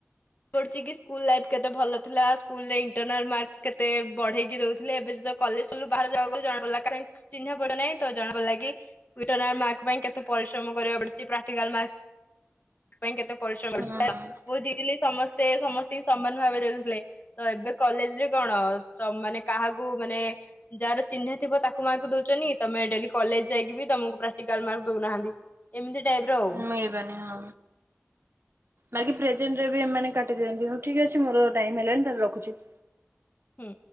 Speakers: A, on the left; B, on the right.
A: ପଡ଼ୁଛି କି ସ୍କୁଲ ଲାଇଫ୍ କେତେ ଭଲ ଥିଲା ସ୍କୁଲରେ ଇଣ୍ଟରନାଲ ମାର୍କ କେତେ ବଢେଇକି ଦଉଥିଲେ ଏବେ ଯ କଲେଜ ସ ବାହାରକୁ ଜଣା ପଡ଼ିଲ ଚିହ୍ନା ପଡେହିଁ ତ ଜଣା ପଡ଼ିଲ କି ଇଣ୍ଟର୍ନାଲ୍ ମାର୍କ ପାଇଁ କେତେ ପରିଶ୍ରମ କରିବାକୁ ପଡୁଛି ପ୍ରାକ୍ଟିକାଲ୍ ମାର୍କ ପାଇଁ କେତେ ପରିଶ୍ରମ
B: ହଁ
A: କରିବାକୁ ପଡୁଛି ବହୁତ୍ ଇଜି ସମସ୍ତେ ସମସ୍ତିଙ୍କି ସମାନ ଭାବେ ଦେଇଦଉଥିଲେ ତ ଏବେ କଲେଜ ରେ କଣ ମାନେ କାହାକୁ ମାନେ ଯାହାର ଚିହ୍ନା ଥିବ ତାକୁ ମାର୍କ ଦଉଛନ୍ତୀ ତମେ ଡେଲି କଲେଜ ଯାଇକି ବି ତମକୁ ପ୍ରାକ୍ଟିକାଲ ମାର୍କ ଦଉନାହାନ୍ତି ଏମିତି ଟାଇପ ର ଆଉ।
B: ମିଳିବାନି ହଁ ବାକି ପ୍ରେଜେଣ୍ଟ ରେ ବି ଏମାନେ କଟିଦିଅନ୍ତି ଠିକ ଅଛି ମୋର ଟାଇମ୍ ହେଲାଣି ମୁଁ ରଖୁଛି।
A: ହୁଁ।